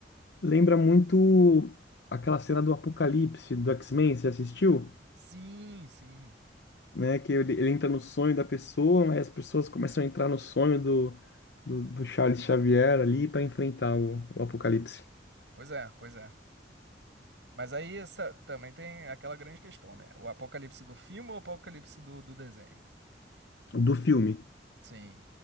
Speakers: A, on the left; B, on the right.
A: Lembra muito aquela cena do Apocalipse do X-Men, você assistiu?
B: Sim, sim.
A: né? Que ele, ele entra no sonho da pessoa, mas as pessoas começam a entrar no sonho do, do, do Charles Xavier ali para enfrentar o, o apocalipse
B: Pois é, pois é. Mas aí essa, também tem aquela grande questão, né? O apocalipse do filme ou o apocalipse do, do desenho?
A: do filme.
B: Sim.